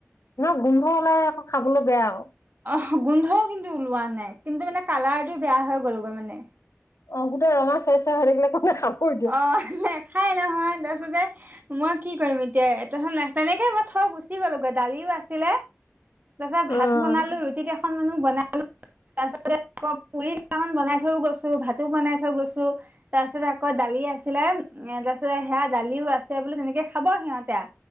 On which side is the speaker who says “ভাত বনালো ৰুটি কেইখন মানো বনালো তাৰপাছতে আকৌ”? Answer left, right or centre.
Right